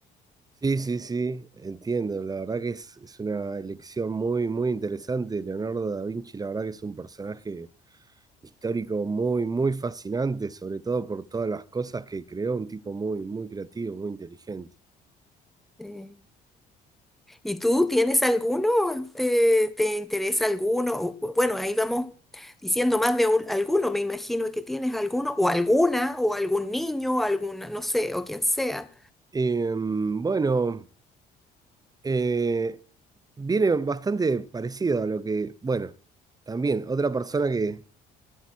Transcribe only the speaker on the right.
Sí, sí, sí, entiendo. La verdad que es, es una elección muy, muy interesante. Leonardo da Vinci, la verdad que es un personaje histórico muy, muy fascinante, sobre todo por todas las cosas que creó, un tipo muy, muy creativo, muy inteligente.
Eh, bueno, eh, viene bastante parecido a lo que, bueno, también otra persona que